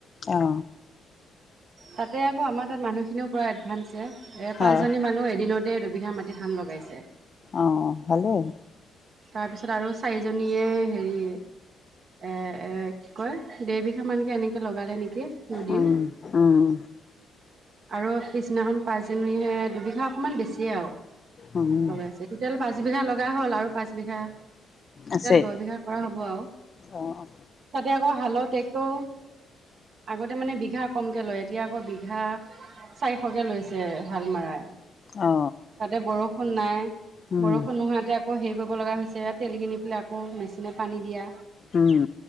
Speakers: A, on the left; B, on the right.
A: অ
B: তাতে আকৌ আমাৰ তাত মানুহ খিনিও পুৰা এডভান্স এ পাঁচজনী
A: অ'
B: মানুহ এদিনতে <unintelligible> বিঘা মাটিত ধান লগাইছে
A: অঁ ভালেই
B: তাৰপিছত আৰু চাৰিজনীয়ে হেৰি এ এ কি কয় দেবিঘা মানকে এনেকে লগালে নেকি দুদিন
A: উম উম
B: আৰু পিছদিনাখন পাঁচজনীহে দুবিঘা অকনমান বেছিয়ে আৰু
A: উম
B: লগাইছে টোটেল পাঁচ বিঘা লগাই হ'ল আৰু পাঁচ বিঘা
A: আছে
B: দহ বিঘা কৰা হ'ব আৰু
A: অ'
B: তাতে আকৌ ভালো তেক্ট্ৰো আগতে মানে বিঘা <unintelligible> কমকৈ লয় এতিয়া আকৌ বিঘা চাৰিশকৈ লৈছে হাল মাৰাই
A: অ
B: তাতে বৰষুণ নাই
A: উম
B: বৰষুণ নোহোৱা এতিয়া আকৌ হেৰি কৰিব লগা হৈছে ইয়া তেল কিনি পেলাই আকৌ মেচিনে পানী দিয়া
A: উম